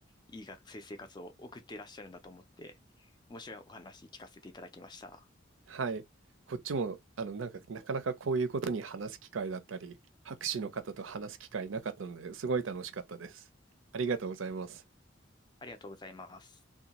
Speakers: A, on the left; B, on the right.
A: いい学生生活を送っていらっしゃるんだと思って、面白いお話聞かせていただきました。
B: はい。こっちも、あの、なんか、なかなかこういうことに話す機会だったり、博士の方と話す機会なかったので、すごい楽しかったです。ありがとうございます。
A: ありがとうございます。